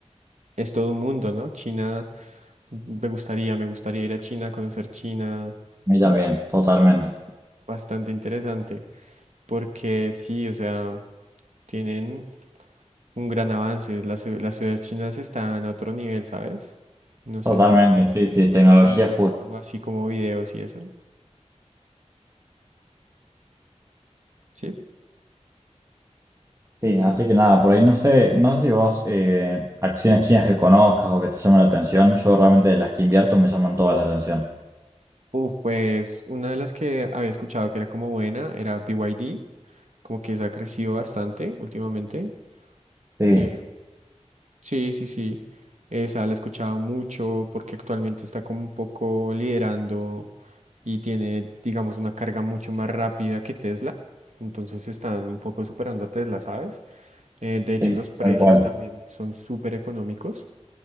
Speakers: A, on the right; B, on the right.
A: Es todo un mundo, ¿no? China, me gustaría, me gustaría ir a China, conocer China.
B: mí también, totalmente.
A: bastante interesante, porque sí, o sea, tienen un gran avance. Las, ciu- las ciudades chinas están a otro nivel, ¿sabes? No sé
B: Totalmente,
A: si
B: sí, sí, tecnología
A: has visto
B: full.
A: así como videos y eso. Sí.
B: Sí, así que nada, por ahí no sé, no sé si vos eh, acciones chinas que conozcas o que te llamen la atención. Yo realmente de las que invierto me llaman todas la atención.
A: Uf, pues una de las que había escuchado que era como buena era BYD, como que se ha crecido bastante últimamente.
B: Sí,
A: eh, Sí, sí, sí. Esa la he escuchado mucho porque actualmente está como un poco liderando y tiene, digamos, una carga mucho más rápida que Tesla. Entonces están un poco superando a Tesla, ¿sabes? Eh, de hecho,
B: sí,
A: los precios
B: tal cual.
A: también son súper económicos.